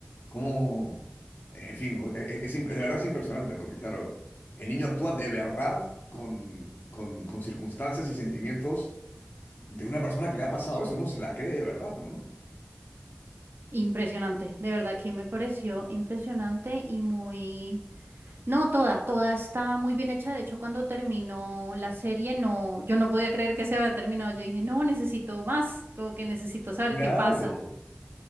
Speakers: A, on the left; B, on the right.
A: cómo... En fin, e- e- es, imp- de verdad es impresionante, porque claro, el niño actúa de verdad con, con, con circunstancias y sentimientos de una persona que le ha pasado eso. Uno se la cree de verdad, ¿no?
B: Impresionante, de verdad que me pareció impresionante y muy, no, toda, toda está muy bien hecha, de hecho cuando terminó la serie, no, yo no podía creer que se había terminado, yo dije, no, necesito más, como que necesito saber
A: Claro.
B: qué pasa.